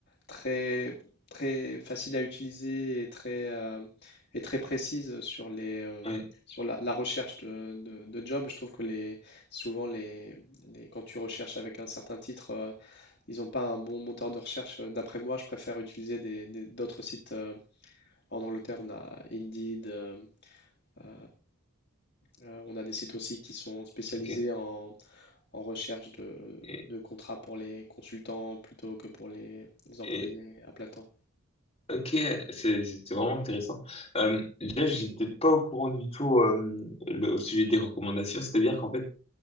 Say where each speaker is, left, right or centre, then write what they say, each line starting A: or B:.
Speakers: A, on the left (about 45°); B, on the left (about 25°).
A: très, très facile à utiliser et très. euh, et très précise sur les, euh,
B: ouais,
A: sur la, la recherche de, de, de job. Je trouve que les, souvent, les, les- quand tu recherches avec un certain titre, euh, ils n'ont pas un bon moteur de recherche. Euh, D'après moi, je préfère utiliser des, des- d'autres sites. euh, en Angleterre, on a Indeed, euh, euh, euh, on a des sites aussi qui sont spécialisés
B: ok.
A: en, en recherche de,
B: Et,
A: de contrats pour les consultants plutôt que pour les, les employés
B: et
A: à plein temps.
B: ok, c'est c'est- vraiment intéressant. Euh, déjà, j'étais pas au courant du tout euh, le, au sujet des recommandations, c'est-à-dire qu'en fait,